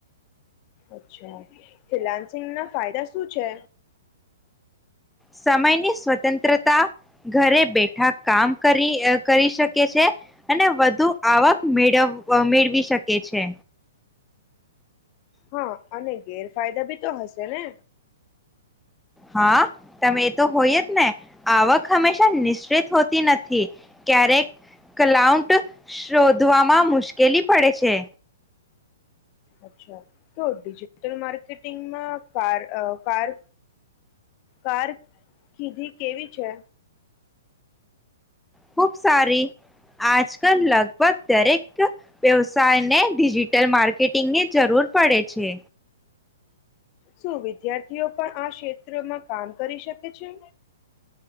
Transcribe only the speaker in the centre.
સમયની સ્વતંત્રતા ઘરે બેઠા કામ કરી કરી શકે છે અને વધુ આવક મેળવ મેળવી શકે છે.
હા તમે એ તો હોઈ તા ને. આવક હંમેશા શિત હોતી નથી ક્યારેક કલાઉન્ટ શોધવામાં મુશ્કેલી પડે છે.
ખુબ સારી આજ કલ લગભગ દરેક વ્યવસાયને ડિજિટલ માર્કેટિંગની જરૂર પડે છે.